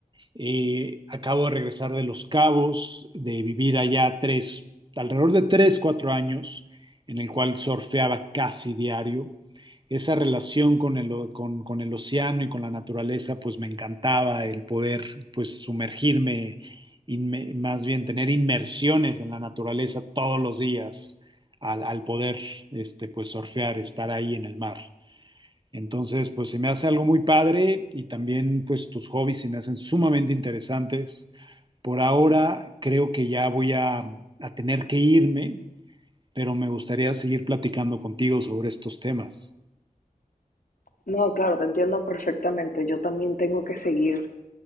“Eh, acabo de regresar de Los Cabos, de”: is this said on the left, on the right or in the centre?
Right